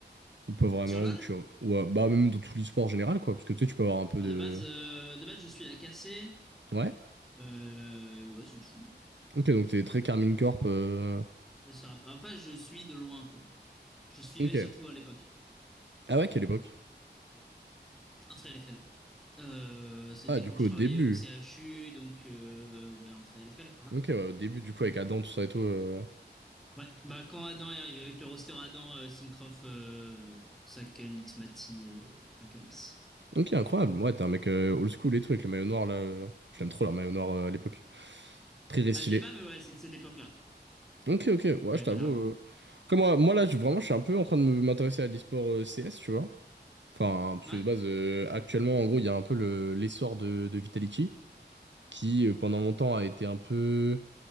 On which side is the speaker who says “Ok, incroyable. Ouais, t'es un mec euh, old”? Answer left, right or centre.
Right